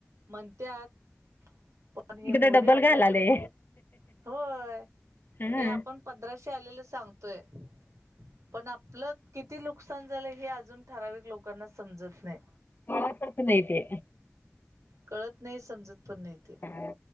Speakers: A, on the right (about 85°); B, on the left (about 45°).
A: म्हणत्यांत पनं पणं हे
B: इकडे
A: मोदीं
B: डब्बल
A: आपल्याकडं
B: घालाले
A: नं होय
B: हा
A: हे आपणं पंधराशे आलेलं सांगतोयं पणं आपलं किती लोकं नुकसांन झालं हे अजूंन ठराविक लोकांनां समजतं नाहीं.
B: कळतच नाही ते
A: कळतं नाहीं, समजतं पणं नाहीं ते.
B: हा